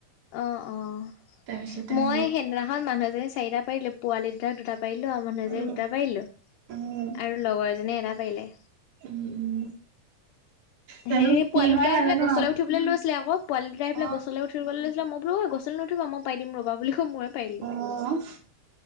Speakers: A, on the left; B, on the right.
A: অ' - অ'।
B: তাৰপিছতে
A: মই
B: হেৰি
A: সেইদিনাখন মানুহ এজনী চাৰিটা পাৰিলোঁ। পোৱালি দুটাক দুটা পাৰিলোঁ আৰু মানুহজনীক
B: উম
A: দুটা পাৰিলো‍ঁ।
B: উম
A: আৰু লগৰ এজনীয়ে এটা পাৰিলে।
B: উম - উম। জানো
A: হেৰি
B: কি
A: পোৱালি
B: হয়
A: দুটাই
B: নাজানো
A: আহি পেলাই গছলৈ
B: আৰু
A: উঠিবলৈ লৈছিল আকৌ। পোৱালি দুটাই আহি
B: অ',
A: পেলাই গছলৈ উঠিবলৈ লৈছিলে। মই বোলো ৰ', গছলৈ নুঠিবা। মই পাৰি দিম, ৰ'বা বুলি কৈ ময়ে পাৰিলোঁ।
B: অ', উম,